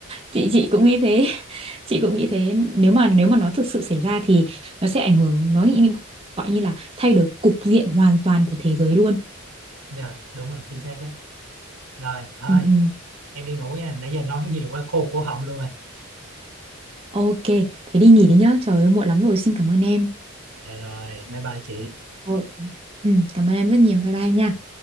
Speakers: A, on the right; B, on the right.
A: Chị chị cũng nghĩ thế. <laughs> Chị cũng nghĩ thế. Nếu mà nếu mà nó thực sự xảy ra thì nó sẽ ảnh hưởng nó nghĩ- gọi như là thay đổi cục diện hoàn toàn của thế giới luôn.
B: dạ đúng rồi chính xác đó rồi thôi
A: Ừ, ừ.
B: em đi ngủ nha nãy giờ nói nhiều quá khô cổ họng luôn rồi
A: Ok, thế đi nghỉ đi nhá. Trời ơi muộn lắm rồi. Xin cảm ơn em.
B: dạ rồi bye bye chị
A: Rồi. Ừ, cảm ơn em rất nhiều. Bye bye nha.